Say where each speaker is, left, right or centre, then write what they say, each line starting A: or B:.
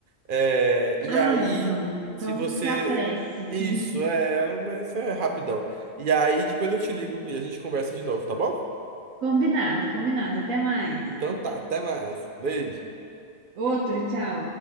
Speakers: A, on the right; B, on the right.
A: É, e
B: Ah,
A: aí,
B: é, não. Então
A: se você.
B: se apresse.
A: Isso,
B: <laughs>
A: é, mas é rapidão. E aí, depois eu te ligo e a gente conversa de novo, tá bom?
B: Combinado, combinado. Até mais.
A: Então tá, até mais. Beijo.
B: Outro, tchau.